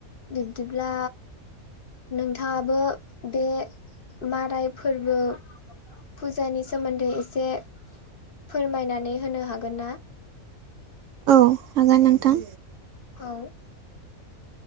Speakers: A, on the left; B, on the right.
A: बिब्दिब्ला नोंथाङाबो बे माराय फोरबो फुजानि सोमोन्दै एसे फोरमायनानै होनो हागोन ना
B: औ हागोन नोंथां
A: औ